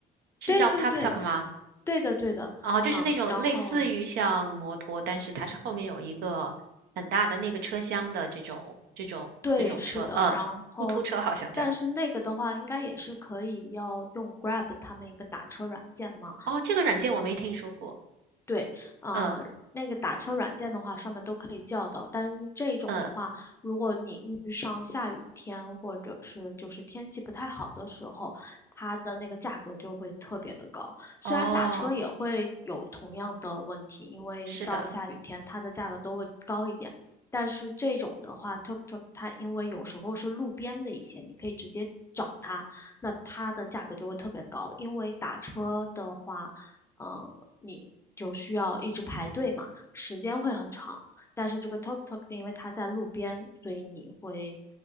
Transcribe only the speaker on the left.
对对对，
对的对的，
嗯，然后
对，是的，
然后
但是那个的话，应该也是可以要用 Grab 他们一个打车软件吗？
对，呃，
那个打车软件的话，上面都可以叫到。但是这种的话，
如果你遇上下雨天或者是就是天气不太好的时候，它的那个价格就会特别的高。虽然打车也会有同样的问题，
因为到下雨天它的价格都会高一点。
但是这种的话，tuk tuk 它因为有时候是路边的一些，你可以直接找它，那它的价格就会特别高。因为打车的话，嗯你就需要一直排队嘛，时间会很长。但是这个 Tok Tok 因为它在路边，所以你会，